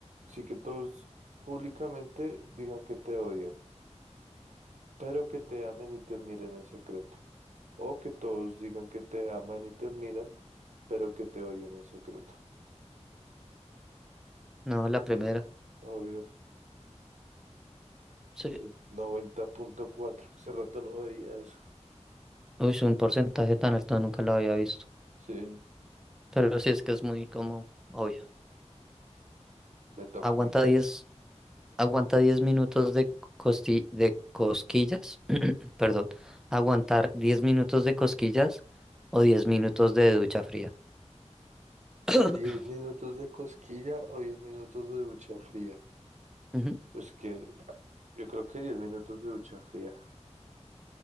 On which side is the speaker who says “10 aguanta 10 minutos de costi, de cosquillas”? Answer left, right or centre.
Centre